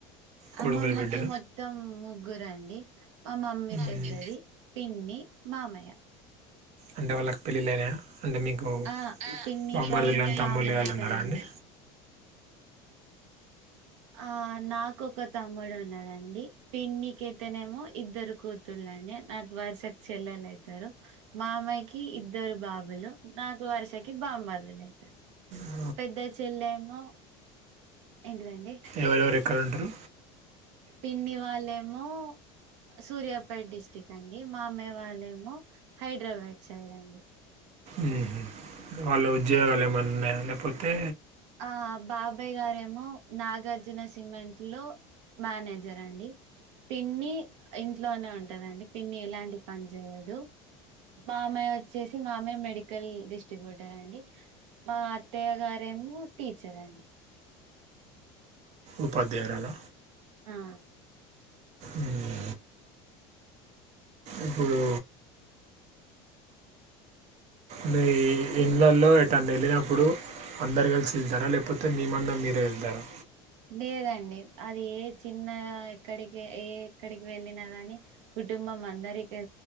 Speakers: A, on the right; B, on the right.
A: కొడుకులు
B: అమ్మమ్మకి
A: బిడ్డలు
B: మొత్తం ముగ్గురండి మా మమ్మీ పెద్దది
A: మ్మ్.
B: పిన్ని మామయ్య
A: అంటే వాళ్ళకి పెళ్ళిళ్ళైనా అంటే మీకు
B: ఆ పిన్నికి
A: బామ్మర్దులు
B: అయింది
A: కానీ తమ్ముళ్ళు
B: మామయ్యకి
A: వాళ్ళు ఉన్నారా
B: అయింది
A: అండి
B: ఆ నాకొ ఒక తమ్ముడు ఉన్నాడంండి పిన్నికైతనేమో ఇద్దరు కూతుల్ అండి నాకు వరుసకు చెల్లెలు అయితారు మామయ్యకి ఇద్దరు బాబులు నాకు వరుస నాకి బా మార్దయిలు అయితరు
A: బ
B: పెద్ద చెల్లమో ఏంటిదండి
A: ఎవరెవరు ఎక్కడ ఉంటరు
B: పిన్నివాళ్ళేమో సూర్యాపేట్ డిస్టిక్ట్ అండి మామయ్య వాళ్ళేమో హైదరాబాద్ సైడ్ అండి
A: ఉ వాళ్ళు ఉద్యోగాలు ఏమైన్నా ఉన్నాయా లేపోతే
B: ఆ బాబాయ్ గారేమో నాగార్జున సిమెంట్ లో మేనేజర్ అండి పిన్ని ఇంట్లోనే ఉంటదండి పిన్ని ఎలాంటి పని చేయదు బామయ్య వచ్చేసి మామయ్య మెడికల్ డిస్ట్రిబ్యూటర్ అండి మా అత్తయ్య గారేమో టీచర్ అండి
A: ఉపాధ్యాయురాల
B: ఆ
A: ఊహు ఇప్పుడు మీ ఇళ్ళలో ఏంటన్న వెళ్ళినప్పుడు అందరు కలిసి వెళ్తారా లేకపోతే మీమందనా మీరే వెళ్తారా
B: లేదండి అది ఏ చిన్న ఇక్కడికి ఏ ఎక్కడికి వెళ్ళినా గాని గు కుటుంబం అందరికె